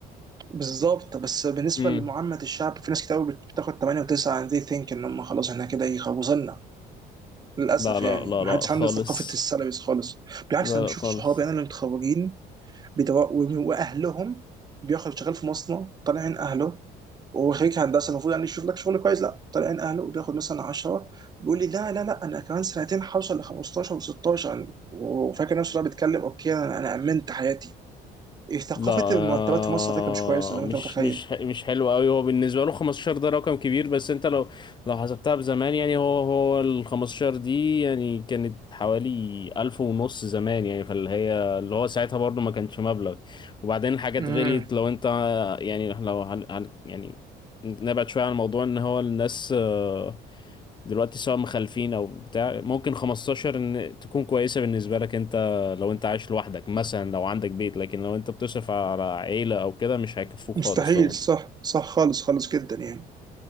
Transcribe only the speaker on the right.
بالظبط بس بالنسبه
لمعامه الشعب في ناس كتير قوي بتاخد 8 و9 and they think ان هم خلاص احنا كده يخوصنا للاسف
يعني
ما حدش
عنده ثقافه السالاريز خالص بالعكس
انا بشوف
صحابي انا اللي متخرجين بيدوا- واهلهم بياخد شغال في مصنع طالعين اهله وخريج هندسه المفروض يعني يشوف لك شغل كويس لا طالع عين اهله وبياخد مثلا 10 بيقول لي لا لا لا انا كمان سنتين هوصل ل 15 و16 وفاكر نفسه بقى بيتكلم اوكي انا انا امنت حياتي إيه، ثقافه
المرتبات في مصر على فكره مش كويسه زي
ما انت متخيل
امم
مستحيل
صح صح خالص خالص جدا يعني